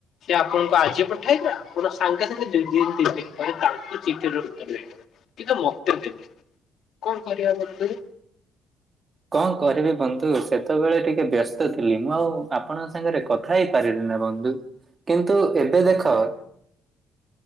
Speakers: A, on the left; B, on the right.
A: ସେ ଆପଣଙ୍କୁ ଆଜି ପଠାଇଲା ଆପଣ ସାଙ୍ଗେ ସାଙ୍ଗେ ଦି ଦିନ ତିନି ଦିନ ପରେ ତାଙ୍କୁ ଚିଠିର ଉତ୍ତର ଦେଇଦେଲେ। କିନ୍ତୁ ମତେ ଦେଲେନି କଣ କରିବା ବନ୍ଧୁ?
B: କଣ କରିବି ବନ୍ଧୁ ସେତେବେଳେ ଟିକେ ବ୍ୟସ୍ତ ଥିଲି ମୁଁ ଆଉ ଆପଣଙ୍କ ସାଙ୍ଗରେ କଥା ହେଇ ପାରିଲିନି। ବନ୍ଧୁ କିନ୍ତୁ ଏବେ ଦେଖ